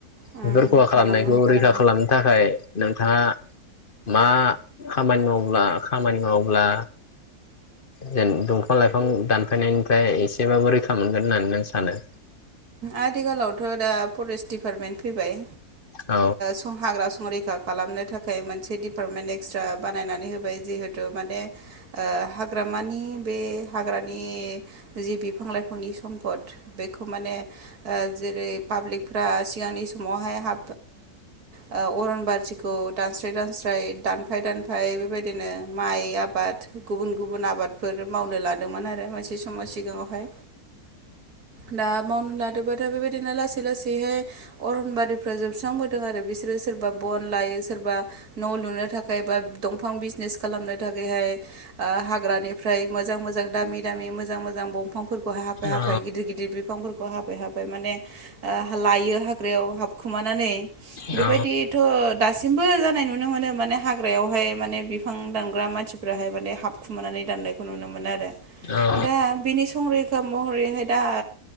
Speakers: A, on the right (about 75°); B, on the left (about 40°).
A: खालामो
B: बेफोर खहा खालामनायखौ
A: खालामो
B: रैखा खालामनो थाखाय नोंथाङा मा खामानि मावब्ला खामानि मावब्ला जेन दंफां लाइफां दानफ दानफायनिफ्राय एसेबाबो रैखा मोनगोन होननानै नों सानो?
A: आथिखालावथ दा फरेस्ट दिडपार्टमेन्ट फैबाय।
B: औ
A: सम हाग्रा संरैखा खालामनो थाखाय मोनसे डिपार्टमेन्ट एक्सट्रा बानायनानै होबाय जिहेथु माने हाग्रामानि बे हाग्रानि जि बिफां लाइफांनि सम्पद बे खौ माने जेरै पाब्लिकफ्रा सिगांनि समावहाय ह ओ अरन बारिखौ दानस्राय दानस्राय दानफाय दानफाय बेबायदिनो माइ आबाद गुबुन गुबुन आबादफोर मावनो लादोंमोन आरो मोनसे समाव सिगाङावहाय दा <unintelligible> लासै लासै अरन बारिफोरा जोबस्रां बोदों आरो बिसोरो‌ सोरबा बन‌लायो सोरबा न' लुनो थाखाय बा दंफां बिसनेस खालामनो थाखाय हाग्रानिफ्राय मोजां मोजां दामि दामि मोजां मोजां बंफांफोरखौ हाफाय हाफाय
B: औ
A: गिदिर गिदिर बिफांफोरखौ हाबफै हाफाय माने लायो हाग्रायाव हाबखुमानानै
B: औ
A: बेबायदिथ दासिमबो जानाय नुनो मोनो माने हाग्रायावहाय माने बिफां दानग्रा मानसिफोराहाय माने हाबखुमानानै दाननायखौ नुनो मोनो आरो
B: औ
A: दा बिनि संरैखा महरैहाय दा